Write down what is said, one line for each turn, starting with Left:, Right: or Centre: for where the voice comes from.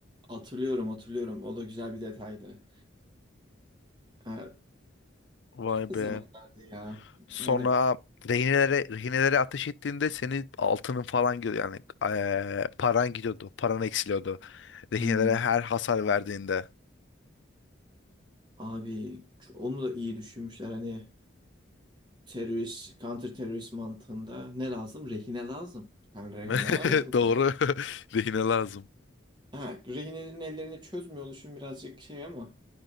Right: Hatırlıyorum hatırlıyorum. O da güzel bir detaydı. Ee,
Left: Vay be.
Right: güzel zamanlardı ya.
Left: Sonra
Right: Yani
Left: rehinelere rehinelere ateş ettiğinde senin altının falan gidiyor yani eee, paran gidiyordu, paran eksiliyordu. Rehinelere
Right: hmm,
Left: her hasar verdiğinde.
Right: abi onu da iyi düşünmüşler hani terörist, counter terörist mantığında ne lazım? Rehine lazım. Bir tane rehine
Left: <laughs>
Right: lazım.
Left: Doğru. <laughs> Rehine lazım.
Right: Ha, rehinelerin ellerini çözmüyor oluşum birazcık şey ama.